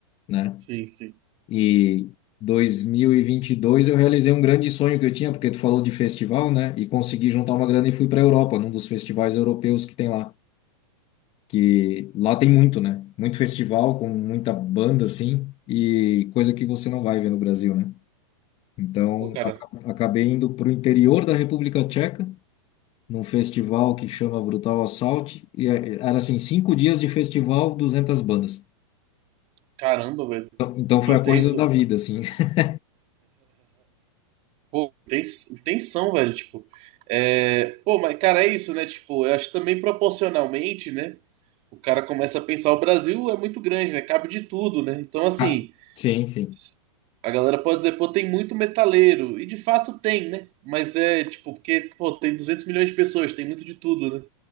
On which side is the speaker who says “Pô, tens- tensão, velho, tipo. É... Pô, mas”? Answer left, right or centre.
Right